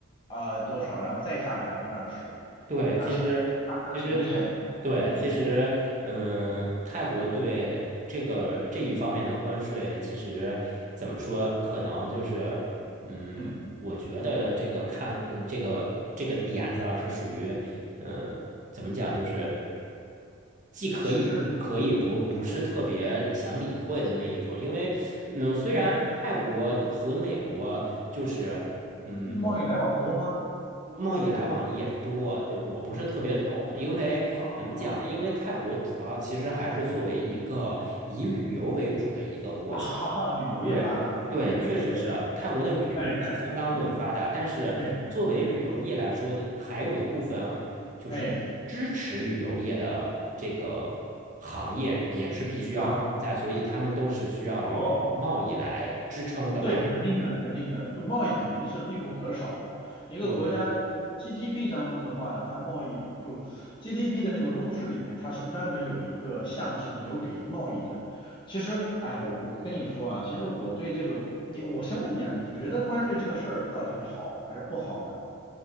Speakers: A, on the left; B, on the right.
A: 啊多少，然后再加百分之二十，
B: 对，
A: 哇，那像，
B: 其实其实它对，
A: 那那挺厉害的。嗯嗯
B: 其实嗯，泰国对这个这一方面的关税，其实怎么说，可能就是嗯，
A: 嗯，
B: 我觉得这个看嗯这个这个点子啊，是属于嗯，怎么讲，就是既可以不可以不不是特别想理会的那一种，
A: 其实，
B: 因为嗯，虽然泰国和美国就是。
A: 嗯，
B: 嗯，
A: 贸易来往多吗？
B: 贸易来往也多，这我不是特别懂，
A: 嗯嗯。
B: 因为怎么讲呢？
A: 啊。
B: 因为泰国主要其实还是作为一个以旅游为主的一个国家，
A: <laughs> 啊，哈哈，旅游业发达，
B: 对对，
A: 对对对，
B: 确实是泰国的旅游业是相当的发达，
A: 哎哎，嗯
B: 但是作为旅游业来说的，
A: 嗯，
B: 还有一部分就是支持旅游业的这个行业也是必须要存在，
A: 哎哎啊，
B: 所以他们都是需要有这个贸易来支撑的嘛。
A: 哦，对，肯定的，肯定的，就贸易肯定是必不可少的。一个国家就
B: 对，
A: GDP 当中的话，它贸易就 GDP 的那个公式里面，它是专门有一个项是留给贸易的。其实，哎，我我跟你说啊，其实我对这个，你我先问你啊，你觉得关税这个事儿到底是好还是不好呢？